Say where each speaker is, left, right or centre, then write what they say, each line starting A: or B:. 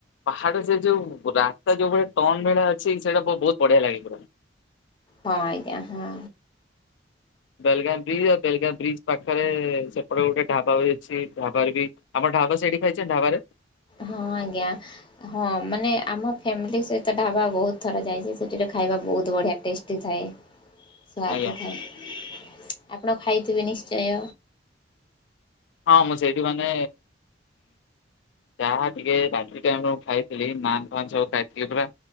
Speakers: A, on the left; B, on the left.
A: ପାହାଡ ସେ ଯୋଉ ରାସ୍ତା ଯୋଉ ଭଳି ଟନ ବେଳା ଅଛି ସେଇଟା ବହୁତ ବଢିଆ ଲାଗିଥିଲା।
B: ହଁ ଆଜ୍ଞା ହଁ।
A: ବେଲଗାଁ ବ୍ରିଜ ଆଉ ବେଲଗାଁ ବ୍ରିଜ ପାଖରେ ସେପଟେ ଗୋଟେ ଢାବା ଅଛି ଢାବାରେ ବି ଆମ ଢାବା ସେଇଠି ଖାଇଛ ଢାବାରେ।
B: ହଁ ଆଜ୍ଞା ହଁ ମାନେ ଆମ ଫ୍ୟାମିଲି ସହିତ ଢାବା ବହୁତ ଥର ଯାଇଛି ସେଠରେ ଖାଇବା ବହୁତ ବଢ଼ିଆ ଟେଷ୍ଟି ଥାଏ। ସ୍ୱାଦ
A: ଆଜ୍ଞା
B: ଥାଏ ଆପଣ ଖାଇଥିବେ ନିଶ୍ଚୟ।
A: ହଁ ମୁଁ ସେଇଠି ମାନେ ଯାହା ଟିକେ ରାତି ଟାଇମରେ ମୁଁ ଖାଇଥିଲି ନାନ ଫାନ ସବୁ ଖାଇଥିଲି ପୁରା